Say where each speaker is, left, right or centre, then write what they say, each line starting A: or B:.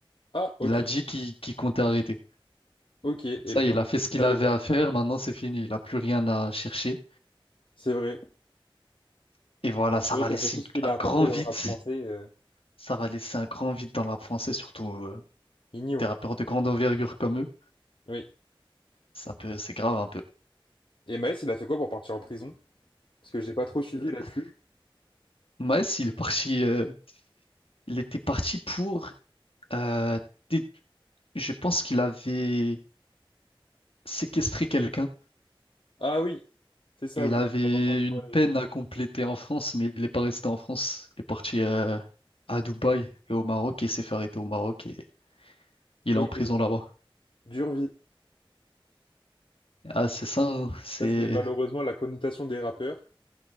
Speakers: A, on the left (about 65°); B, on the left (about 80°).
A: Ah ok,
B: Il a dit qu'il qu'il comptait arrêter.
A: ok, eh
B: Ça
A: bien,
B: y est, il
A: je
B: a fait ce qu'il
A: savais
B: avait
A: pas.
B: à faire, maintenant c'est fini, il n'a plus rien à chercher.
A: C'est vrai.
B: Et voilà, ça
A: C'est
B: va
A: vrai qu'après
B: laisser
A: tout
B: une-
A: ce qu'il
B: un
A: a apporté
B: grand vide
A: dans le rap français, euh,
B: Ça va laisser un grand vide dans le rap français, surtout euh,
A: Ninho.
B: des rappeurs de grande envergure comme eux.
A: Oui.
B: C'est un peu, c'est grave un peu.
A: Et Maës, il a fait quoi pour partir en prison? Parce que j'ai pas trop suivi
B: Euh,
A: là-dessus.
B: Maes, il est parti, euh, il était parti pour, euh, dé- je pense qu'il avait séquestré quelqu'un.
A: Ah oui, c'est ça,
B: Il
A: oui.
B: avait
A: J'avais entendu
B: une
A: parler.
B: peine à compléter en France, mais il n'est pas resté en France. Il est parti euh, à Dubaï et au Maroc et s'est fait arrêter au Maroc et il
A: Ok,
B: est en prison là-bas.
A: dure vie.
B: Ah, c'est ça, hein, c'est,
A: Ça, c'est malheureusement la connotation des rappeurs.